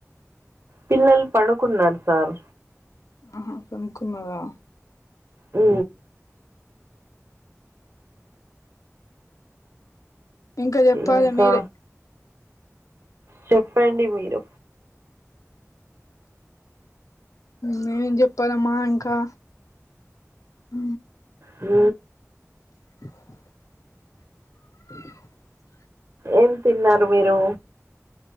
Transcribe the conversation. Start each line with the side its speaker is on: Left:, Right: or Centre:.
Right: పిల్లలు పనుకున్నారు సార్
Left: అహ పనుకున్నదా
Right: ఉ
Left: ఇంకా చెప్పాలి
Right: ఇంకా
Left: మీరే
Right: చెప్పండి మీరు
Left: నే చెప్పాలమ్మా ఇంకా అ
Right: ఉ
Left: <inaudible> <inaudible>
Right: ఏం తిన్నారు మీరు